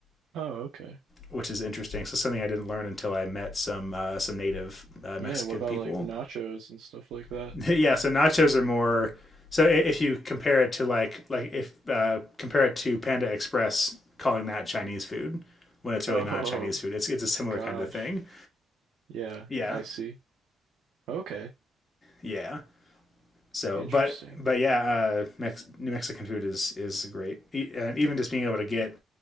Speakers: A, on the right; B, on the left.
A: Oh, okay.
B: which is interesting. So something I didn't learn until I met some uh, some native uh, Mexican
A: Yeah, what about
B: people.
A: like nachos and stuff like that?
B: <laughs> yeah, so nachos are more. So if you compare it to like like if uh, compare it to Panda Express, calling that Chinese food when it's
A: Oh
B: really not Chinese food, it's it's a similar
A: gosh.
B: kind of thing.
A: Yeah,
B: Yeah,
A: I see. Okay.
B: yeah. So,
A: Interesting.
B: but but yeah, uh, Mex- New Mexican food is is great, e- and even just being able to get